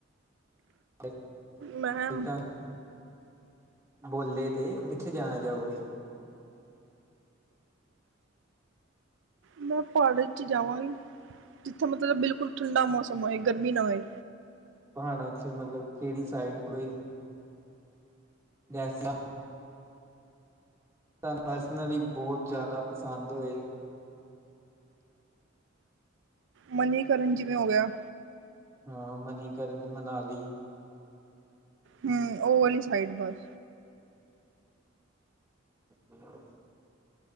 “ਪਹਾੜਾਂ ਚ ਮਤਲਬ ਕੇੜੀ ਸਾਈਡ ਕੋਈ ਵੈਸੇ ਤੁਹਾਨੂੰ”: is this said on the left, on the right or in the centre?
Right